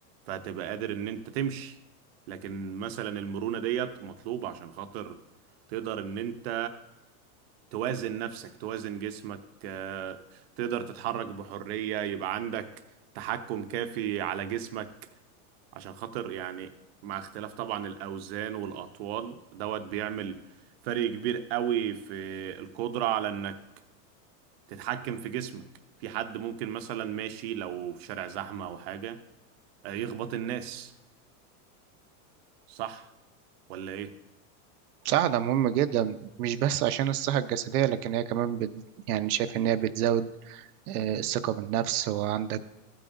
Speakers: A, on the right; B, on the right.
A: فهتبقى قادر ان انت تمشي لكن مثلا المرونة ديت مطلوبة عشان خاطر تقدر ان انت توازن نفسك توازن جسمك آه، تقدر تتحرك بحرية يبقى عندك تحكم كافي على جسمك عشان خاطر يعني مع اختلاف طبعا الأوزان والأطوال دوت بيعمل فرق كبير قوي في القدرة على إنك تتحكم في جسمك في حد ممكن مثلا ماشي لو في شارع زحمة أو حاجة آه، يخبط الناس صح ولا إيه؟
B: بصراحة ده مهم جدا مش بس عشان الصحة الجسدية لكن هي كمان بت... يعني شايف إن هي بتزود آه، الثقة بالنفس وعندك